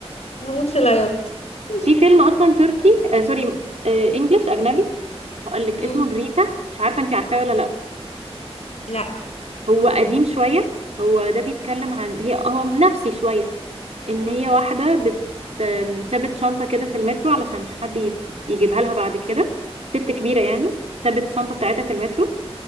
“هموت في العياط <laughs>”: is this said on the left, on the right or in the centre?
Left